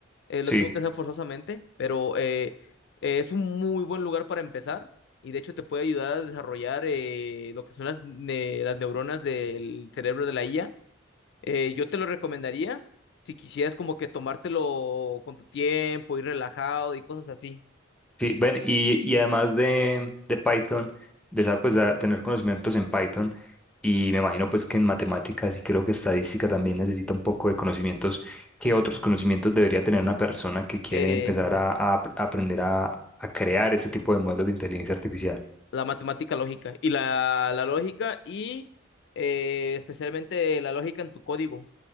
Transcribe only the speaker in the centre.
sí.
Sí, ven, y, y además de, de Python, de saber pues, a tener conocimientos en Python, y me imagino pues que en matemáticas y creo que estadística también necesita un poco de conocimientos. ¿Qué otros conocimientos debería tener una persona que quiere
empezar a, a ap- aprender a, a crear ese tipo de modelos de inteligencia artificial?